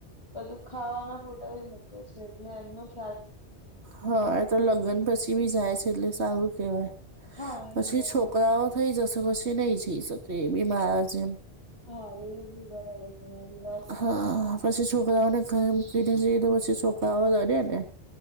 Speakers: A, on the left (about 25°); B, on the right (about 85°).
A: બધું ખાવાના ફોટા ભી મૂકે છે, એટલે એમનું જ
B: હા એ તો લગન
A: છે
B: પછી બી જાય છે, એટલે સારું કહેવાય.
A: હા
B: પછી
A: એ જાય
B: છોકરાઓ
A: છે.
B: થઈ જશો, પછી નહીં જઈ શકે એ બીમાર જેમ
A: હા, એ બી બરાબર તમારી વાત.
B: હા. પછી છોકરાઓને ઘરે મૂકીને જઈએ તો પછી છોકરાઓ રડે ને.